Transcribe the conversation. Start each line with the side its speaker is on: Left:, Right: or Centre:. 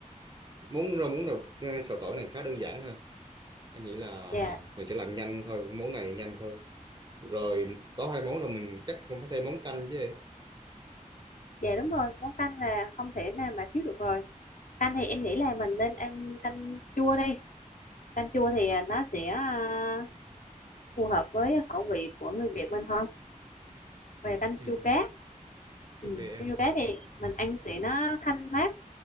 Right: món rau muống rau xào tỏi này khá đơn giản ha anh nghĩ là
Left: dạ
Right: mình sẽ làm nhanh thôi cái món này nhanh thôi rồi có hai món rồi mình chắc không phải thêm món canh chứ em
Left: dạ đúng rồi món canh là không thể nào mà thiếu được rồi canh thì em nghĩ là mình nên ăn canh chua đi canh chua thì à, nó sẽ à, phù hợp với khẩu vị của người Việt mình hơn về canh
Right: ừ,
Left: chua cá
Right: ok
Left: ừ. canh
Right: em
Left: chua cá thì mình ăn sẽ nó thanh mát